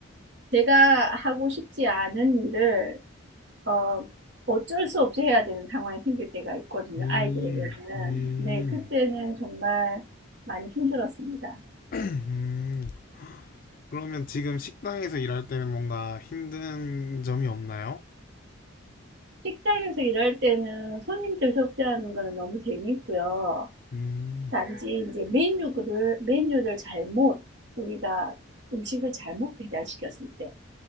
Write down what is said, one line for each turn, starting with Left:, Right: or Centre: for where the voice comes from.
Right: 제가 하고 싶지 않은 일을 어, 어쩔 수 없이 해야 되는 상황이 생길 때가 있거든요.
Left: 음,
Right: 아이들에게는.
Left: 음,
Right: 네, 그때는 정말 많이 힘들었습니다.
Left: <clears throat> 음. 그러면 지금 식당에서 일할 때는 뭔가 힘든 점이 없나요?
Right: 식당에서 일할 때는 손님들 접대하는 거는 너무 재미있고요.
Left: 음.
Right: 단지 이제 메뉴를 메뉴를 잘못 우리가 음식을 잘못 배달시켰을 때